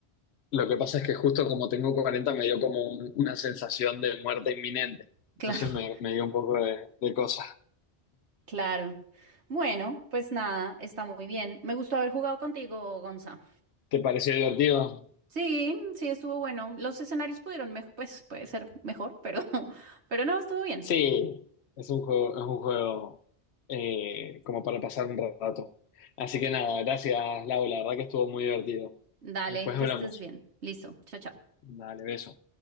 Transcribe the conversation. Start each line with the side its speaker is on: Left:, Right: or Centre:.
Left: lo que pasa es que justo como tengo 40 me dio como un- una sensación de muerte inminente. Entonces
Right: Claro.
Left: me, me dio un poco de, de cosa.
Right: Claro. Bueno, pues nada, está muy bien. Me gustó haber jugado contigo, Gonza.
Left: ¿Te pareció divertido?
Right: Sí, sí, estuvo bueno. Los escenarios pudieron, mej- pues puede ser mejor, pero, <laughs> pero no, estuvo bien.
Left: Sí, es un juego, es un juego eh, como para pasar un rato. Así que nada, gracias, Lau, la verdad que estuvo muy divertido.
Right: Dale,
Left: Después
Right: que
Left: hablamos.
Right: estés bien. Listo. Chao, chao.
Left: Dale, beso.